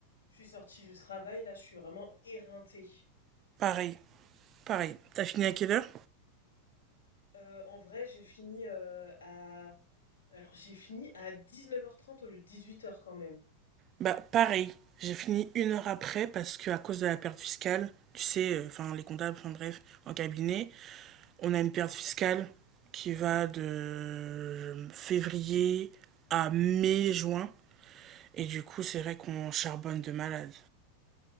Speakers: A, on the left; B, on the right.
A: Je suis sortie du travail, là, je suis vraiment éreintée.
B: Pareil. Pareil. T'as fini à quelle heure
A: Euh, en vrai, j'ai fini euh, à... Alors, j'ai fini à 19h30 au lieu de 18h quand même.
B: Bah, pareil. J'ai fini une heure après parce que à cause de la perte fiscale, tu sais, enfin euh, enfin, les comptables, enfin bref, en cabinet, on a une perte fiscale qui va de février à mai-juin. Et du coup, c'est vrai qu'on charbonne de malade.